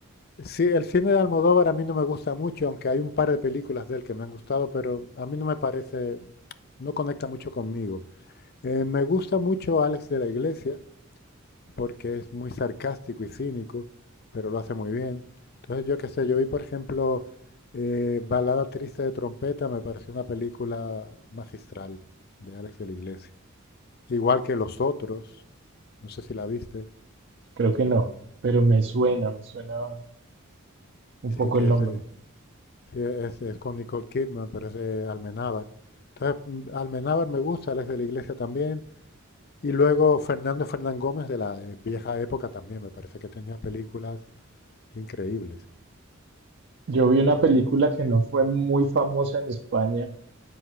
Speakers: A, on the left; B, on the right.
A: sí, el cine de Almodóvar a mí no me gusta mucho, aunque hay un par de películas de él que me han gustado, pero a mí no me parece, no conecta mucho conmigo. Eh, me gusta mucho Alex de la Iglesia porque es muy sarcástico y cínico, pero lo hace muy bien. Entonces, yo qué sé, yo vi, por ejemplo, eh, Balada Triste de Trompeta, me pareció una película magistral de Alex de la Iglesia. igual que los otros, no sé si la viste,
B: Creo que no, pero me suena, me suena un
A: sí,
B: poco
A: que
B: el nombre.
A: es, eh, sí, es, es con Nicole Kidman, pero es de Almenábar. Entonces, mm, Almenábar me gusta, él es de la iglesia también. Y luego Fernando Fernán Gómez de la eh, vieja época también, me parece que tenía películas increíbles.
B: Yo vi una película que no fue muy famosa en España